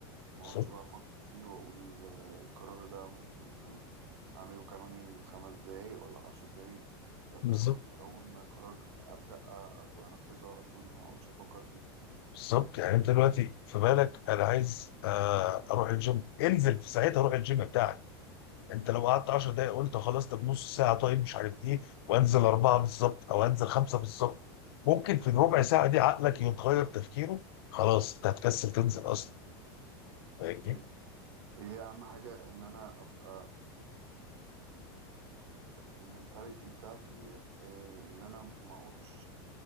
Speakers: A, on the right; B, on the left.
A: ما
B: بالظبط
A: اقعدش بقى افكر فيه واقول آه، القرار ده ممكن آه، اعمله كمان خمس دقايق ولا عشر دقايق لا
B: بالظبط
A: اخد اول ما قرار ابدا آه، اخده انفذه على طول ما اقعدش افكر فيه
B: بالظبط يعني انت دلوقتي في بالك انا عايز آه، اروح الجيم انزل في ساعتها روح الجيم بتاعك انت لو قعدت 10 دقايق قلت خلاص طب نص ساعه طيب مش عارف ايه وانزل اربعه بالظبط او انزل خمسه بالظبط ممكن في الربع ساعه دي عقلك يتغير تفكيره خلاص انت هتكسل تنزل اصلا فاهمني؟
A: مم. هي اهم حاجه ان انا ابقى المينتاليتي بتاعتي آه، ان انا ما اقعدش